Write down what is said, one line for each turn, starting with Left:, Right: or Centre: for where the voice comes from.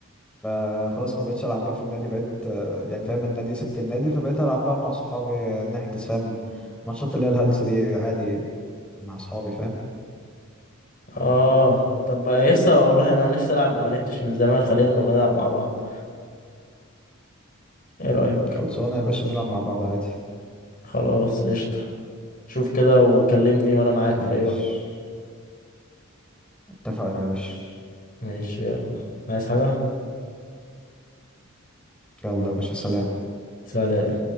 Centre: فخلاص ما بقتش العب بقى في النادي بقيت آه، يعني فاهم النادي سبت النادي فبقيت العب بقى مع صحابي نحجز فاهم ماتشات اللي هي الهلس دي عادي مع صحابي فاهم
Left: اه طب يسا والله انا نفسي العب ما لعبتش من زمان خلينا نبقى نلعب مع بعض ايه رايك
Centre: خلصانه يا باشا نلعب مع بعض عادي
Left: خلاص قشطه شوف كده وكلمني وانا معاك
Centre: ماشي
Left: في اي وقت
Centre: اتفقنا يا باشا
Left: ماشي يلا عايز حاجه
Centre: يلا يا باشا سلام
Left: سلام